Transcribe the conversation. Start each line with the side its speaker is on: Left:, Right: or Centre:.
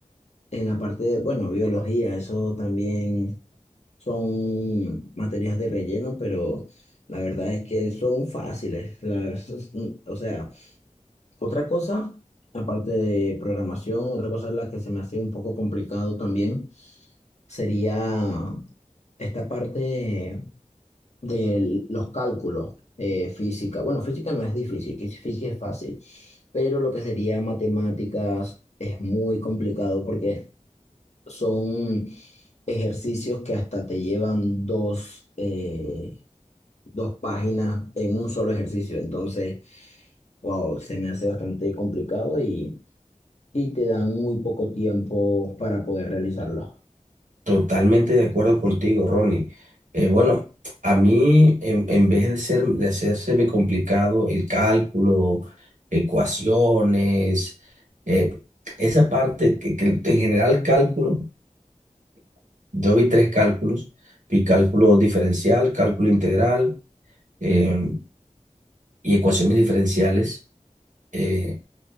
Left: en la parte de, bueno, biología, eso también son materias de relleno, pero la verdad es que son fáciles. la- <laughs> o sea, Otra cosa, aparte de programación, otra cosa en la que se me hace un poco complicado también sería esta parte de los cálculos, eh, física. Bueno, física no es difícil, que física es fácil, pero lo que sería matemáticas es muy complicado porque son ejercicios que hasta te llevan dos, eh, dos páginas en un solo ejercicio. Entonces, wow, se me hace bastante complicado y... y te dan muy poco tiempo para poder realizarlo.
Right: Totalmente de acuerdo contigo, Ronnie. Eh, bueno, a mí, en, en vez de ser, de hacérseme complicado el cálculo, ecuaciones, eh, esa parte que, que en general cálculo, yo vi tres cálculos, vi cálculo diferencial, cálculo integral, em, y ecuaciones diferenciales. eh,